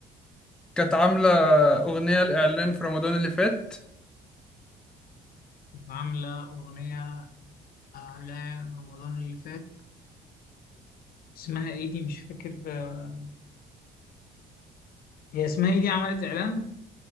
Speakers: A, in the centre; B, on the left.
A: كانت عاملة أغنية لإعلان في رمضان اللي فات
B: عاملة أغنية إعلان رمضان اللي فات اسمها إيه دي مش فاكر آه، هي اسمها إيه دي عملت إعلان